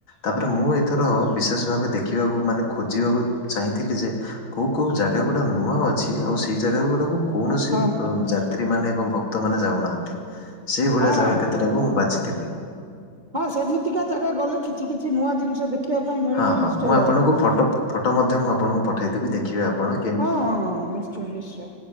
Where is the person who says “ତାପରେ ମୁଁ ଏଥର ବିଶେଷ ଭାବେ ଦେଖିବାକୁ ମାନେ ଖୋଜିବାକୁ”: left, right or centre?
Left